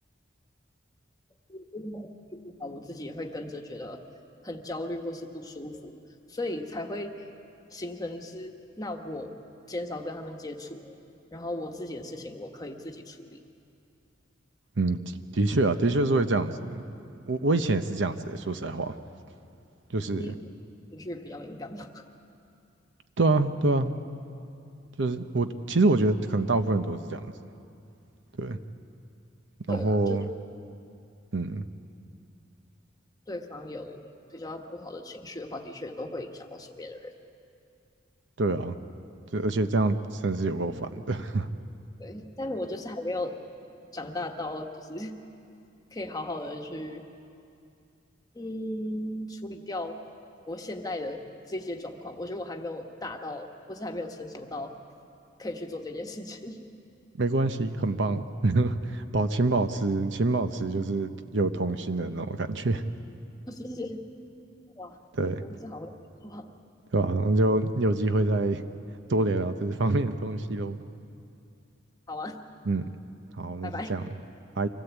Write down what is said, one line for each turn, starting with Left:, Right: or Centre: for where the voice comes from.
Left: 就是那种情绪不好，我自己也会跟着觉得很焦虑或是不舒服，所以才会形成是那我减少跟他们接触，然后我自己的事情我可以自己处理。
Right: 嗯，的的确啊，的确是会这样子。我我以前也是这样子的，说实在话，就是
Left: 你情绪比较敏感嘛。
Right: 对啊，对啊，就是我其实我觉得可能大部分人都是这样子，对。
Left: <laughs>
Right: 然后
Left: 对啦，就是
Right: 嗯，
Left: 对方有比较不好的情绪的话，的确都会影响到身边的人。
Right: 对啊，这而且这样真是有够烦的。<laughs>
Left: 对，但我就是还没有长大到就是 <laughs> 可以好好的去嗯处理掉我现在的这些状况。我觉得我还没有大到，或是还没有成熟到可以去做这件事情。<laughs>
Right: 没关系，很棒，<laughs> 保请保持，请保持就是有童心的那种感觉，
Left: 谢谢哇，
Right: 对
Left: 真的是好会哇，
Right: 对吧、然那就有机会再多聊聊这方面的东西喽。
Left: 好啊，
Right: 嗯，好，那就这样，
Left: 拜拜。
Right: 拜。